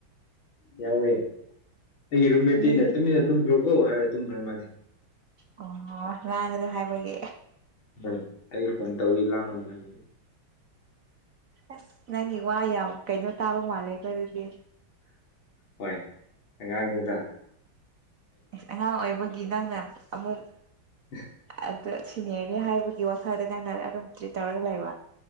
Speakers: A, on the left (about 75°); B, on the right (about 55°).
A: ꯌꯥꯎꯋꯦ ꯑꯩꯒꯤ ꯔꯨꯝꯃꯦꯠꯇꯤꯅ
B: ꯃꯤ
A: ꯇꯨꯃꯤꯟꯅ ꯇꯨꯝꯈ꯭ꯔꯣꯀꯣ ꯍꯥꯏꯔ ꯇꯨꯝꯈ꯭ꯔꯦ ꯃꯥꯗꯤ
B: ꯑꯣ ꯂꯥꯡꯒꯅꯨ ꯍꯥꯏꯕꯒꯤ
A: ꯎꯝ ꯑꯩ ꯐꯣꯟ ꯇꯧꯋꯤ ꯂꯥꯡꯒꯅꯨ ꯍꯥꯏꯕꯒꯤ꯫
B: ꯑꯁ ꯅꯪꯒꯤ ꯋꯥ ꯌꯥꯝ ꯀꯩꯅꯣ ꯇꯥꯕ ꯃꯥꯜꯂꯦꯀꯣ ꯑꯗꯨꯗꯤ꯫
A: ꯍꯣꯏ ꯑꯉꯥꯡꯅꯤꯗꯥ
B: ꯑꯉꯥꯡ ꯑꯣꯏꯕꯒꯤ ꯅꯪꯅ ꯑꯃꯨꯛ
A: <unintelligible>
B: ꯑꯗꯨ ꯁꯤꯅꯤꯌ‌꯭ꯔꯅꯤ ꯍꯥꯏꯕꯒꯤ ꯋꯥꯈꯜꯗ ꯅꯪꯅ ꯑꯗꯨꯝ ꯇ꯭ꯔꯤꯠ ꯇꯧꯔꯒ ꯂꯩꯕ